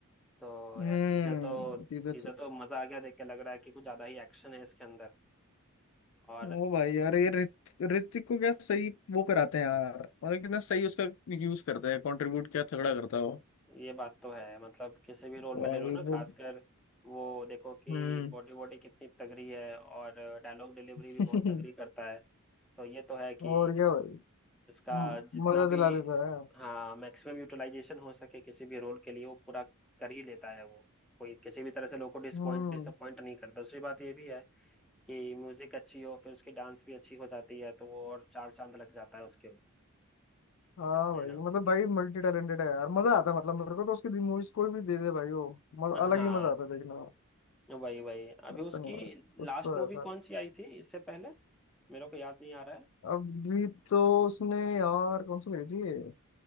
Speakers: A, in the centre; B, on the left (about 65°).
A: तो
B: हम्म
A: यार टीजर तो
B: teaser
A: टीजर
B: से-
A: तो मजा आ गया देख के लग रहा है कि कुछ ज्यादा ही एक्शन है इसके अंदर और
B: ओ भाई यार ये ऋत- ऋतिक को क्या सही वो कराते हैं यार मतलब कितना सही उसका यूज करते हैं कंट्रीब्यूट क्या तगड़ा करता है वो
A: ये बात तो है मतलब किसी भी रोल
B: और
A: में ले लो ना
B: वो
A: खासकर वो देखो कि
B: हम्म
A: बॉडी बॉडी कितनी तगड़ी है और डायलॉग डिलीवरी भी
B: <laughs>
A: बहुत तगड़ी करता है तो ये तो है कि
B: और क्या भाई
A: इसका
B: हम्म,
A: जितना
B: मजा
A: भी
B: दिला देता है
A: हाँ मैक्सिमम यूटिलाइजेशन हो सके किसी भी रोल के लिए वो पूरा कर ही लेता है वो कोई किसी भी तरह से लोगों को डिसपॉइंट
B: हम्म
A: डिसअपॉइंट नहीं करता दूसरी बात ये भी है कि म्यूजिक अच्छी हो फिर उसकी डांस भी अच्छी हो जाती है तो वो और चार चांद लग जाता है उसके ऊपर,
B: हाँ
A: है
B: भाई
A: ना
B: मतलब भाई मल्टी टैलेंटेड है यार मजा आता है मतलब मेरे को तो उसकी मूवीज कोई भी दे दे भाई वो मज,
A: हाँ
B: अलग ही मजा आता है देखने में
A: वही वही अभी
B: लगता
A: उसकी
B: नहीं है। कुछ
A: लास्ट
B: तो
A: मूवी
B: है सर
A: कौन सी आई थी इससे पहले मेरे को याद नहीं आ रहा है
B: अभी तो उसने यार कौन सी करी थी ये?